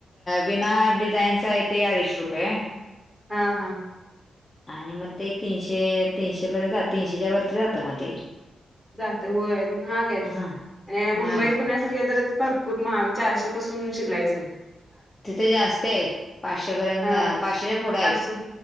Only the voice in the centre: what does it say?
हा हा
जात होय हाग आहे
आणि
मुंबई
पुण्यासारखे पूर् म चारशे पासून शिकायचंय
हा
पाचशे